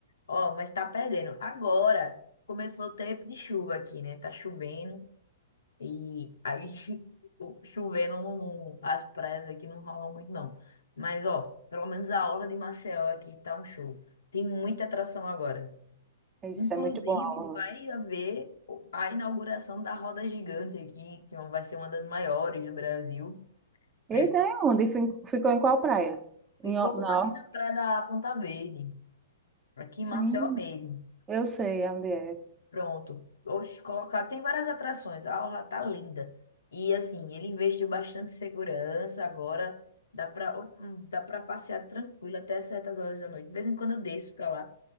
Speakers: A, on the left (about 80°); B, on the right (about 20°).
A: Ó, mas tá perdendo. Agora começou o tempo de chuva aqui, né? Tá chovendo. E aí, <laughs> o- chovendo, não- não- as praias aqui não rolam muito, não. Mas, ó, pelo menos a orla de Maceió aqui tá um show. Tem muita atração agora.
B: Isso
A: Inclusive,
B: é muito bom. Orla.
A: vai haver a inauguração da Roda Gigante aqui, que vai ser uma das maiores do Brasil. Prefeito
B: Eita, é onde? Fi- Ficou em qual praia?
A: Ficou
B: Em, Or- na
A: aqui na praia da Ponta Verde, aqui
B: Sim,
A: em Maceió mesmo.
B: eu sei onde é.
A: Pronto. Oxe, colocar, tem várias atrações. A orla tá linda. E assim, ele investiu bastante em segurança agora. Dá pra, hum, dá pra passear tranquilo até certas horas da noite. De vez em quando eu desço pra lá.